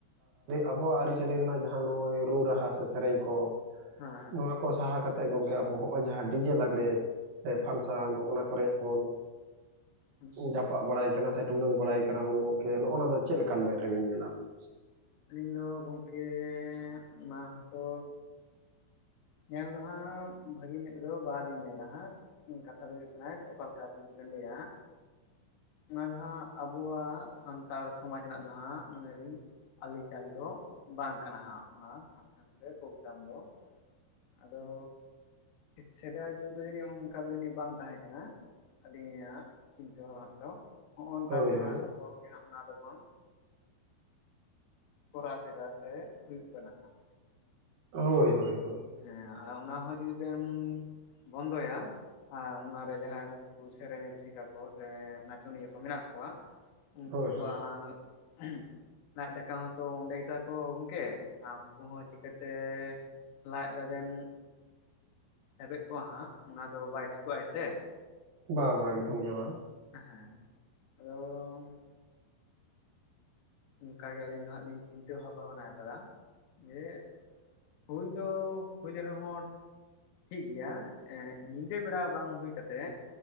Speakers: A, on the right (about 65°); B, on the left (about 80°).
A: ᱟᱵᱚᱣᱟᱜ ᱟᱹᱨᱤᱪᱟᱹᱞᱤ ᱨᱮᱱᱟᱜ ᱡᱟᱦᱟᱸ ᱱᱚᱜ-ᱚᱭ ᱨᱩ ᱨᱟᱦᱟ ᱥᱮ ᱥᱮᱨᱮᱧ ᱠᱚ
B: ᱦᱮᱸ ᱦᱮᱸ
A: ᱱᱚᱣᱟ ᱠᱚ ᱥᱟᱦᱟ ᱠᱟᱛᱮᱫ ᱜᱚᱝᱠᱮ ᱟᱵᱚ ᱱᱚᱸᱚᱭ ᱡᱟᱦᱟᱸ ᱰᱤᱡᱮ ᱞᱟᱜᱜᱲᱮ ᱥᱮ ᱯᱷᱟᱱᱥᱟ ᱱᱚᱜᱼ ᱱᱟ ᱠᱚᱨᱮ ᱵᱚᱱ
B: ᱦᱮᱸ
A: ᱡᱟᱯᱟᱜ ᱵᱟᱲᱟᱭ ᱠᱟᱱᱟ ᱥᱮ ᱴᱩᱰᱟᱹᱠ ᱵᱟᱲᱟᱭ ᱠᱟᱱᱟᱚᱱ ᱜᱚᱝᱠᱮ ᱱᱚᱜᱚ ᱱᱚᱣᱟ ᱫᱚ ᱪᱮᱫ ᱞᱮᱠᱟᱱ ᱢᱮᱫ ᱨᱮᱵᱤᱱ ᱧᱮᱞᱟᱵᱤᱱ
B: ᱟᱹᱞᱤᱧ ᱫᱚ ᱜᱚᱢᱠᱮ ᱚᱱᱟ ᱦᱚᱸᱛᱚ ᱧᱮᱞ ᱫᱚ ᱦᱟᱸᱜ ᱵᱷᱟᱹᱜᱤ ᱢᱮ ᱨᱮᱫᱚ ᱵᱟᱞᱤᱧ ᱧᱮᱞᱟ ᱦᱟᱸᱜ ᱠᱟᱛᱷᱟ ᱫᱚ ᱦᱩᱭᱩᱜᱭ ᱠᱟᱱᱟ ᱚᱠᱟ ᱞᱮᱠᱟᱛᱮ ᱡᱩᱚᱫᱤ ᱵᱮᱱ ᱞᱟᱹᱭᱟ ᱚᱱᱟ ᱫᱚ ᱦᱟᱸᱜ ᱟᱵᱚᱣᱟᱜ ᱥᱟᱱᱛᱟᱲ ᱥᱚᱢᱟᱡ ᱨᱮᱱᱟᱜ ᱫᱚ ᱦᱟᱸᱜ ᱢᱚᱱᱮᱫᱤᱧ ᱟᱹᱨᱤᱪᱟᱹᱞᱤ ᱫᱚ ᱵᱟᱝ ᱠᱟᱱᱟ ᱦᱟᱸᱜ ᱚᱱᱟ ᱯᱷᱟᱱᱥᱮᱱ ᱥᱮ ᱯᱨᱳᱜᱨᱟᱢ ᱫᱚ ᱟᱫᱚ ᱥᱮᱫᱟᱭ ᱡᱩᱜᱽ ᱫᱚ ᱡᱟᱹᱱᱤᱡ ᱚᱱᱠᱟ ᱫᱚ ᱡᱟᱹᱱᱤᱡ ᱵᱟᱝ ᱛᱟᱦᱮᱸ ᱠᱟᱱᱟ ᱟᱹᱞᱤᱧᱟᱜ ᱪᱤᱱᱛᱟᱹ ᱵᱷᱟᱵᱱᱟ ᱛᱮᱫᱚ ᱦᱚᱸᱜ-ᱚ ᱱᱚ
A: ᱦᱳᱭ
B: ᱜᱮᱦᱟᱸᱜ
A: ᱦᱳᱭ
B: ᱟᱵᱚ ᱜᱮ ᱦᱟᱸᱜ ᱚᱱᱟ ᱫᱚᱵᱚᱱ ᱠᱚᱨᱟᱣ ᱠᱮᱫᱟ ᱥᱮ ᱦᱩᱭᱩᱜ ᱠᱟᱱᱟ ᱦᱟᱸᱜ
A: ᱦᱳᱭ ᱦᱳᱭ ᱦᱳᱭ
B: ᱦᱮᱸ ᱟᱨ ᱚᱱᱟ ᱦᱚᱸ ᱡᱩᱫᱤ ᱵᱮᱱ ᱵᱚᱱᱫᱚᱭᱟ ᱟᱨ ᱚᱱᱟᱨᱮ ᱡᱟᱦᱟᱸᱭ ᱩᱱᱠᱩ ᱥᱮᱨᱮᱧ ᱨᱩᱥᱤᱠᱟ ᱠᱚ ᱥᱮ ᱱᱟᱪᱚᱱᱤᱭᱟᱹ ᱠᱚ ᱢᱮᱱᱟᱜ ᱠᱚᱣᱟ ᱩᱱᱠᱩ
A: ᱦᱳᱭ
B: ᱠᱚᱣᱟᱜ
A: ᱦᱳᱭ
B: ᱩᱦᱩ ᱞᱟᱡ ᱫᱟᱠᱟ ᱦᱚᱸᱛᱚ ᱚᱸᱰᱮ ᱜᱮᱛᱟ ᱠᱚ ᱜᱚᱝᱠᱮ ᱟᱨ ᱩᱱᱠᱩ ᱦᱚᱸ ᱪᱤᱠᱟᱹᱛᱮ ᱞᱟᱡ ᱨᱮᱵᱮᱱ ᱞᱮᱵᱮᱫ ᱠᱚᱣᱟ ᱦᱟᱸᱜ ᱚᱱᱟ ᱫᱚ ᱵᱟᱭ ᱴᱷᱤᱠᱚᱜ ᱟᱭ ᱥᱮ
A: ᱵᱟ ᱵᱟ ᱮᱠᱫᱚᱢ ᱜᱮ ᱵᱟᱝ
B: ᱦᱮᱸ ᱟᱫᱚ ᱚᱱᱠᱟ ᱜᱮ ᱟᱹᱞᱤᱧ ᱫᱚ ᱦᱟᱸᱜ ᱞᱤᱧ ᱪᱤᱱᱛᱟᱹ ᱵᱷᱟᱵᱱᱟ ᱠᱟᱫᱟ ᱡᱮ ᱦᱩᱭ ᱫᱚ ᱦᱩᱭ ᱞᱮᱱ ᱨᱮᱦᱚᱸ ᱴᱷᱤᱠ ᱜᱮᱭᱟ ᱮᱫ ᱧᱤᱫᱟᱹ ᱵᱮᱲᱟ ᱵᱟᱝ ᱦᱩᱭ ᱠᱟᱛᱮᱫ